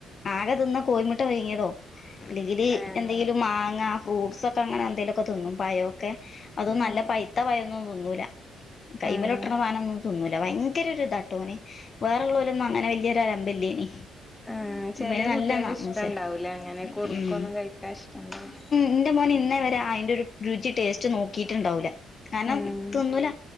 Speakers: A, on the left (about 45°); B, on the left (about 15°).
A: ആകെ തിന്ന കോയിമുട്ട പുയുങ്ങിയതോ അല്ലെങ്കില്
B: ആഹ്
A: എന്തെങ്കിലും മാങ്ങ ഫ്രൂട്ട്സൊക്കെ ങ്ങനെന്തെങ്കലൊക്കെ തിന്നും പയൊക്കെ അതും
B: ആഹ് ആഹ്
A: നല്ല പൈത്ത പയൊന്നും ഓ തിന്നൂല കൈമലോട്ടണ
B: ആഹ്
A: സാനൊന്നു തിന്നൂല ഓ ഭ ഭയങ്കര ഒരു ഇതാട്ടോ ഓന് വേറുള്ളോലൊന്നും അങ്ങനെ വല്യൊരു അലമ്പല്ലേനി
B: ആഹ് ചെല
A: മ്മായി നല്ലന്നമൂസെ
B: കുട്ടികൾക്ക് ഇഷ്ടണ്ടാവൂല അങ്ങനെ കുറുക്കൊന്നും
A: ഏഹ്
B: കഴിക്കാൻ ഇഷ്ടണ്ടാവൂല
A: നന്റെ മോൻ ഇന്നേവരെ അയിന്റെ ഒരു രുചി ടേസ്റ്റ് നോക്കിട്ടുണ്ടാവില്ല കാരണം
B: ഉം
A: തിന്നൂല